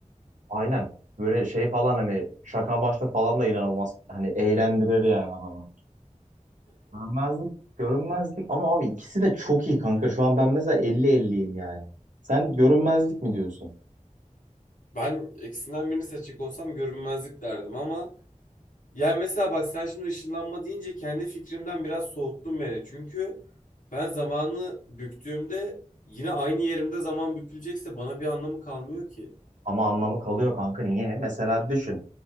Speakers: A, on the right; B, on the left.
A: Aynen. Böyle şey falan hani şaka başta falan da inanılmaz. Hani eğlendirir yani adamı. Görünmezlik, görünmezlik ama abi ikisi de çok iyi kanka. Şu an ben mesela elli elliyim yani. Sen görünmezlik mi diyorsun?
B: Ben ikisinden birini seçecek olsam görünmezlik derdim ama yani mesela bak sen şimdi ışınlanma deyince kendi fikrimden biraz soğuttun beni. Çünkü ben zamanı büktüğümde yine aynı yerimde zaman bükülecekse bana bir anlamı kalmıyor ki.
A: Ama anlamı kalıyor kanka niye? Mesela düşün.